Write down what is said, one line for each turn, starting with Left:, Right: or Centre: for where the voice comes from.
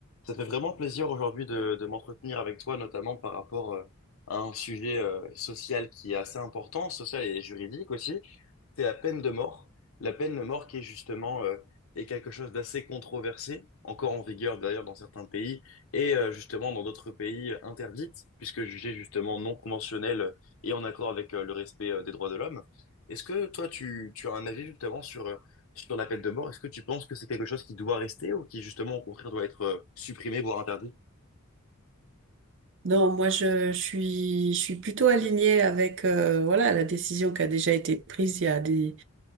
Left: Ça fait vraiment plaisir aujourd'hui de, de m'entretenir avec toi, notamment par rapport euh, à un sujet euh, social qui est assez important, social et juridique aussi c'est la peine de mort. La peine de mort qui est justement euh, est quelque chose d'assez controversé, encore en vigueur d'ailleurs dans certains pays, et euh, justement dans d'autres pays euh, interdite, puisque jugée justement non conventionnelle et en accord avec euh, le respect euh, des droits de l'homme. Est-ce que toi, tu, tu as un avis justement sur, euh, sur la peine de mort? Est-ce que tu penses que c'est quelque chose qui doit rester ou qui justement au contraire doit être euh, supprimé, voire interdit?
Right: Non, moi je, je suis, je suis plutôt alignée avec euh, voilà la décision qui a déjà été prise il y a des,